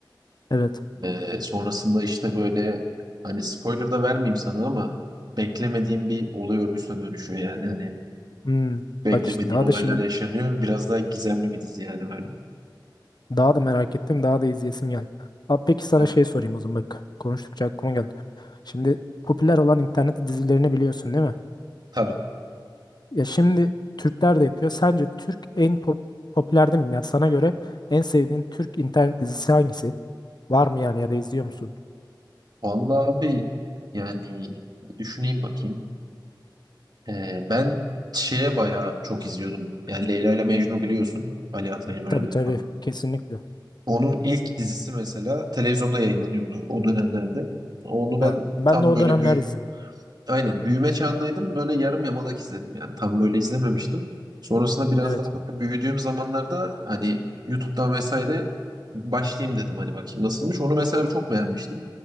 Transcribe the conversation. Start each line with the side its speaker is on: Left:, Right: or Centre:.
Left: Evet.
Right: Ee, sonrasında işte böyle hani spoiler da vermeyeyim sana ama beklemediğim bir olay örgüsüne dönüşüyor yani. Hani
Left: Hmm.
Right: beklemediğin
Left: Bak işte daha
Right: olaylar
Left: da şimdi
Right: yaşanıyor. Biraz daha gizemli bir dizi yani böyle.
Left: daha da merak ettim, daha da izleyesim geldi. Abi peki sana
Right: Yani
Left: şey sorayım o zaman bak. Konuştukça aklıma geldi. Şimdi popüler olan internet dizilerini biliyorsun değil mi?
Right: tabii.
Left: Ya şimdi Türkler de yapıyor. Sence Türk en pop- popüler değil mi? Yani sana göre en sevdiğin Türk internet dizisi hangisi? Var mı yani ya da izliyor musun?
Right: Vallahi abi yani bir düşüneyim bakayım. Ee, ben şeye bayağı çok izliyordum. Yani Leyla ile Mecnun biliyorsun. Ali Atay'ın oynadığı
Left: Tabii tabii
Right: falan.
Left: kesinlikle.
Right: Onun ilk dizisi mesela televizyonda yayınlanıyordu o dönemlerde. Onu ben
Left: Yani ben
Right: tam
Left: de o
Right: böyle
Left: dönemler
Right: büyü
Left: izledim.
Right: aynen büyüme çağındaydım. Böyle yarım yamalak izledim yani. Tam böyle izlememiştim. Sonrasında biraz
Left: Evet.
Right: daha böyle büyüdüğüm zamanlarda hani YouTube'dan vesaire başlayayım dedim hani bakayım nasılmış. Onu mesela çok beğenmiştim.